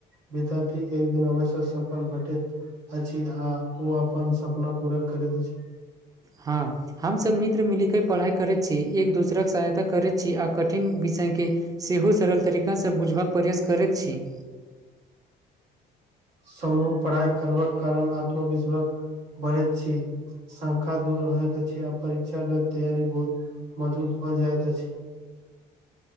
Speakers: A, on the right; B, on the right.
A: विद्यार्थी एक दिन आवश्यक सफल भेटैत अछि आ ओ अपन सपना पूरा करैत अछि
B: हँ हम सभ मित्र मिल कऽ पढ़ाई करैत छी एक दोसरे सहायता करैत छी आ क ठिन विषय केँ सेहो सरल तरीकासँ बुझ कऽ प्रयास करैत छी
A: समूह पढ़ाइ करबाक कारण आत्मविश्वास बढ़ैत छी संखा दूर होइत अछि आ परीक्षा केँ तैयारी बहुत मजबूत हो जाइत अछि